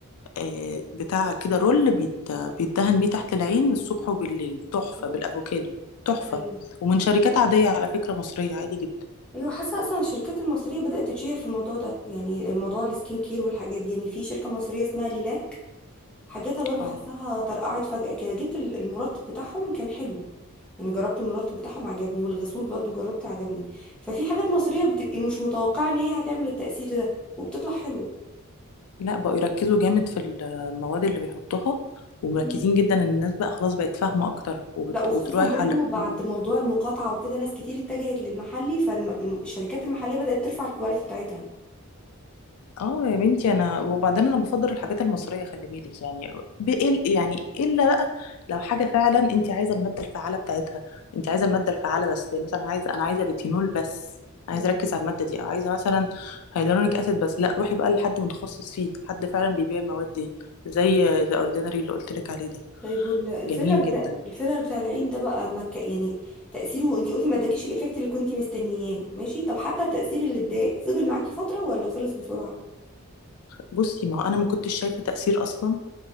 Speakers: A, on the left; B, in the centre.
A: آه، بتاع كده رول بيت بيتدهن بيه تحت العين الصبح وبالليل تحفة
B: اه
A: بالأفوكادو تحفة
B: ايوه
A: ومن شركات عادية على فكرة مصرية عادي جدا
B: ايوه حاسه اصلا الشركات المصريه بدات تتشهر في الموضوع ده يعني موضوع السكين كير والحاجات دي يعني في شركه مصريه اسمها ليلاك حاجاتها برضو
A: اه
B: حاساها طرقعت فجأة كده جبت ال- المرطب بتاعهم كان حلو يعني جربت المرطب بتاعهم عجبني والغسول برضو جربت عجبني ففي حاجات مصرية بتبقي مش متوقعة ان هي هتعمل التأثير ده وبتطلع حلوة
A: لا بقوا يركزوا جامد في المواد اللي بيحطوها ومركزين
B: مم.
A: جدا ان الناس بقى خلاص بقت فاهمة اكتر وبتروح
B: لا وخصوصا برضو
A: على الكول
B: بعد موضوع المقاطعة وكده ناس كتير اتجهت للمحلي فالشركات المحلية بدأت ترفع الكواليتي بتاعتها
A: اه يا بنتي انا وبعدين انا بفضل الحاجات المصريه خلي بالك يعني بإل يعني الا بقى لو حاجه فعلا انت عايزه الماده الفعاله بتاعتها انت عايزه الماده الفعاله بس مثلا عايزه انا عايزه ريتينول بس
B: مم.
A: عايزه اركز على الماده دي او عايزه مثلا هيدرونيك اسيد بس لا روحي بقى لحد متخصص فيه حد فعلا بيبيع المواد دي زي ذا اوردينري اللي قلت لك عليه ده
B: طيب والفيلر
A: جميل
B: بتاع
A: جدا
B: الفيلر بتاع العين ده بقى مك... يعني تأثيره انتي قلتي ما اداكيش الإفكت اللي كنتي مستنياه ماشي طب حتى التأثير اللي اداك فضل معاكي فترة ولا خلص بسرعة
A: بصي ما هو انا ما كنتش شايفه تاثير اصلا